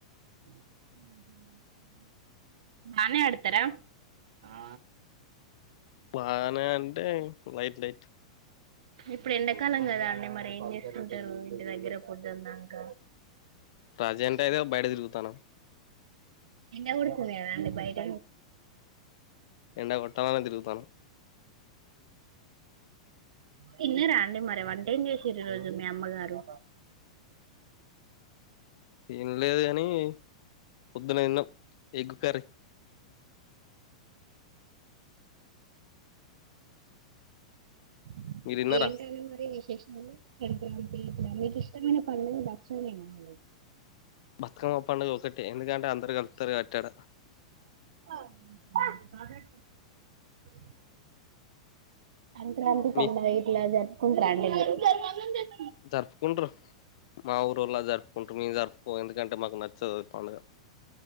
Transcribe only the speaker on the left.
బానే అంటే లైట్ లైట్
రాజే అంటే అదో బయట తిరుగుతాను.
ఎండ కొట్టాలనే తిరుగుతాను
తినలేదు కాని పొద్దున తిన్నా. ఎగ్ కర్రీ
మీరు తిన్నారా
బతుకమ్మ పండుగ ఒకటే ఎందుకంటే అందరు కలుపుతారు కబట్టి అడ.
మీ
జరుపుకుంటారు మాఊరో లాగ ఇంక మేము జరుపుకోము. ఎందుకంటే మాకు నచ్చదు ఆ పండగ.